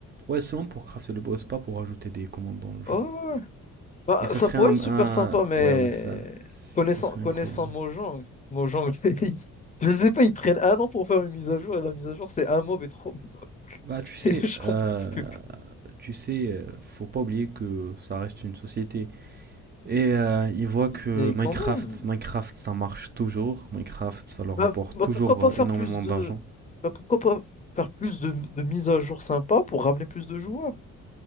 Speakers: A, on the right (about 35°); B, on the left (about 25°).
A: Ouais, seulement pour crafter le boss, pas pour rajouter des commandes dans le jeu.
B: Oh, ouais, ouais, ouais. Bah,
A: Et ça
B: ça
A: serait
B: pourrait
A: un,
B: être super
A: un-
B: sympa, mais.
A: ouais ouais ça, si,
B: Connaissant,
A: ça serait
B: connaissant
A: incroyable.
B: Mojang, Mojang, <laughs> ils- je sais pas, ils prennent un an pour faire une mise à jour, et la mise à jour, c'est un mob et trois blocs.
A: Bah
B: <laughs> C'est-
A: tu sais,
B: J'en
A: euh,
B: peux plus.
A: tu sais, euh, faut pas oublier que ça reste une société Et euh, ils voient que
B: Mais
A: Minecraft,
B: quand même.
A: Minecraft, ça marche toujours. Minecraft, ça leur
B: Bah,
A: rapporte
B: bah,
A: toujours
B: pourquoi pas
A: euh,
B: faire
A: énormément
B: plus
A: d'argent.
B: de. Bah, pourquoi pas faire plus de, de mises à jour sympas pour ramener plus de joueurs?